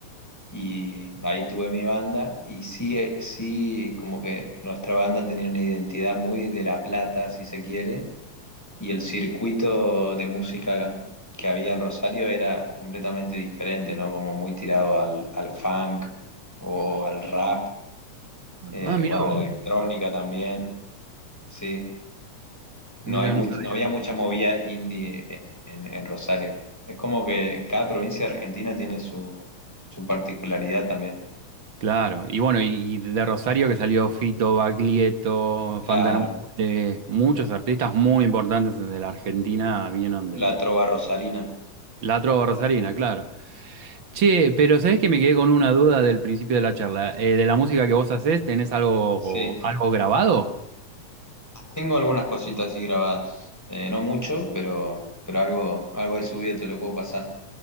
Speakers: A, in the centre; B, on the right.
A: y ahí tuve mi banda y sí, eh, sí, como que nuestra banda tenía una identidad muy de La Plata, si se quiere Y el circuito de música que había en Rosario era completamente diferente, ¿no? Como muy tirado al, al funk o al rap, eh,
B: Ah, mirá
A: bueno,
B: vos,
A: a la Mm. electrónica también, sí. No
B: mira,
A: hay much-
B: no sabía.
A: no había mucha movida indie en, en Rosario. Es como que cada provincia de Argentina tiene su, su particularidad también.
B: Claro, y bueno, y, y de Rosario que salió Fito, Baglietto,
A: Claro,
B: Fandanambule, muchos artistas muy importantes de la Argentina vinieron de
A: la trova rosarina,
B: la trova rosarina, claro. Che, pero ¿sabés que me quedé con una duda del principio de la charla? Eh, de la música que vos hacés, ¿tenés algo,
A: sí.
B: algo grabado?
A: Tengo algunas cositas así grabadas, Eh, no mucho, pero, pero algo, algo ahí subido te lo puedo pasar.